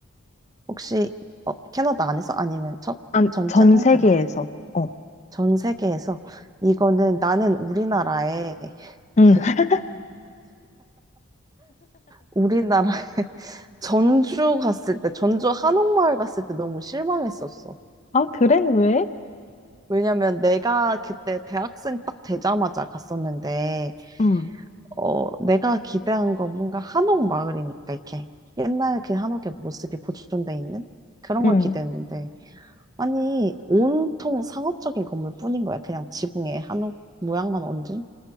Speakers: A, on the right; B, on the left.
A: 혹시, 어, 캐나다 안에서? 아니면 전,
B: 아,
A: 전체
B: 전
A: 통틀어서?
B: 세계에서. 어.
A: 전 세계에서? 이거는 나는 우리나라에,
B: 응.
A: 그,
B: <laughs>
A: 우리나라, <laughs> 전주 갔을 때, 전주 한옥마을 갔을 때 너무 실망했었어.
B: 아, 그래? 왜?
A: 왜냐면 내가 그때 대학생 딱 되자마자 갔었는데,
B: 음,
A: 어, 내가 기대한 건 뭔가 한옥마을이니까, 이렇게. 옛날 그 한옥의 모습이 보존돼 있는? 그런
B: 음,
A: 걸 기대했는데, 아니, 온통 상업적인 건물뿐인 거야. 그냥 지붕에 한옥 모양만 얹은?